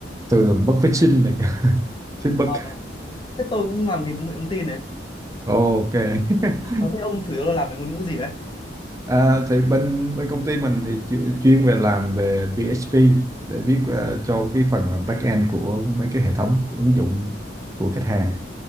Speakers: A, on the right; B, on the left.
A: thường là bất phát sinh này <laughs> feedback.
B: Ờ, thế tôi cũng làm ngành công nghệ thông tin này.
A: Ồ, Ok. <laughs>
B: Ờ, thế ông chủ yếu là làm về ngôn ngữ gì đấy?
A: À, thì bên bên công ty mình thì chu- chuyên về làm về PHP để viết ờ, cho cái phần là back end của mấy cái hệ thống của ứng dụng của khách hàng